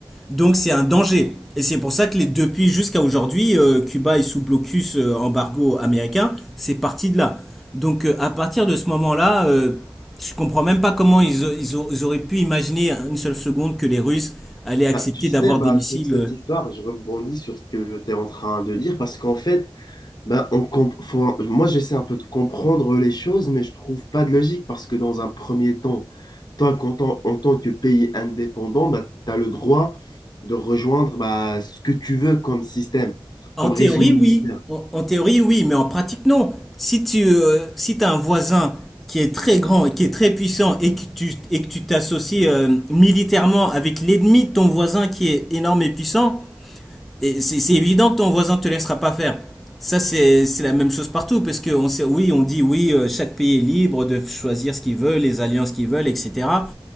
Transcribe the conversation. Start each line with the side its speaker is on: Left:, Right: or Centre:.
Centre: Donc c'est un danger. Et c'est pour ça que les, depuis jusqu'à aujourd'hui, euh, Cuba est sous blocus euh, embargo américain. C'est parti de là. Donc euh, à partir de ce moment-là, euh, je ne comprends même pas comment ils, ils, ils auraient pu imaginer une seule seconde que les Russes allaient accepter
Left: Bah, tu sais,
Centre: d'avoir
Left: bah,
Centre: des missiles.
Left: sur cette
Centre: euh,
Left: histoire, je rebondis sur ce que tu es en train de dire, parce qu'en fait, Bah, on comp- faut- Moi, j'essaie un peu de comprendre les choses, mais je trouve pas de logique parce que dans un premier temps, toi, qu'en tant- en tant que pays indépendant, bah, tu as le droit de rejoindre bah, ce que tu veux comme système,
Centre: En
Left: comme
Centre: théorie,
Left: régime militaire.
Centre: oui. En, en théorie, oui, mais en pratique, non. Si tu, euh, si t'as un voisin qui est très grand et qui est très puissant et que tu, et que tu t'associes euh, militairement avec l'ennemi de ton voisin qui est énorme et puissant, et c'est, c'est évident que ton voisin te laissera pas faire. Ça, c'est, c'est la même chose partout, parce que on sait, oui, on dit oui, euh, chaque pays est libre de choisir ce qu'il veut, les alliances qu'il veut, etc.